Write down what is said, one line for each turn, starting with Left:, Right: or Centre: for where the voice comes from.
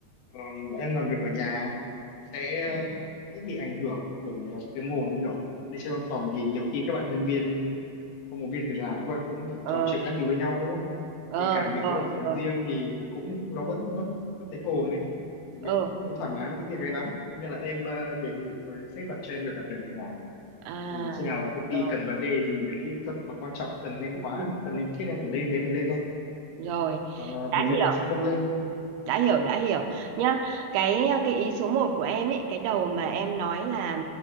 Left: ờ, em làm việc ở nhà sẽ ờ, ít bị ảnh hưởng bởi ờ, tiếng ồn như kiểu lên trên văn phòng thì nhiều khi các bạn nhân viên không có việc gì làm các bạn cũng được
Right: ờ
Left: trò chuyện các thứ với nhau đúng không
Right: ờ
Left: thì cả mình
Right: rồi
Left: có ở phòng
Right: rồi
Left: riêng thì cũng
Right: ừ.
Left: nó vẫn vẫn vẫn thấy cái ồn ấy thì mình
Right: ờ
Left: cũng không thoải mái với cái việc này lắm Thế nên là em ờ, đề nghị với sếp là cho em được làm việc ở nhà
Right: à
Left: thì khi nào công ty
Right: rồi
Left: cần vấn đề gì về kỹ thuật mà quan trọng cần em
Right: ừ.
Left: quá cần em thiết em phải lên thế em mới lên thôi
Right: rồi
Left: còn ờ, bình
Right: đã hiểu
Left: thường em sẽ không lên
Right: Ừ, đã hiểu đã hiểu
Left: Dạ,
Right: nhá cái cái ý số một của em ấy cái đầu mà em nói là